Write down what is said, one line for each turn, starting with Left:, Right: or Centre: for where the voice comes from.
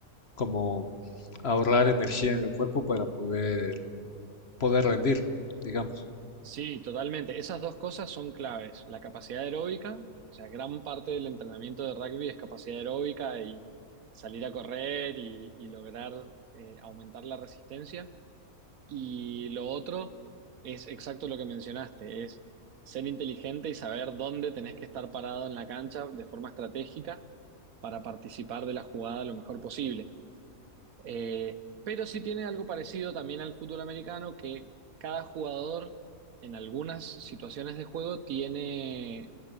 Left: como ahorrar energía en el cuerpo para poder, poder rendir, digamos.
Right: Sí, totalmente. Esas dos cosas son claves. La capacidad aeróbica, o sea, gran parte del entrenamiento de rugby es capacidad aeróbica y salir a correr y, y lograr eh, aumentar la resistencia. Y lo otro es exacto lo que mencionaste, es ser inteligente y saber dónde tenés que estar parado en la cancha de forma estratégica para participar de la jugada lo mejor posible. Eh, pero sí tiene algo parecido también al fútbol americano, que cada jugador en algunas situaciones de juego tiene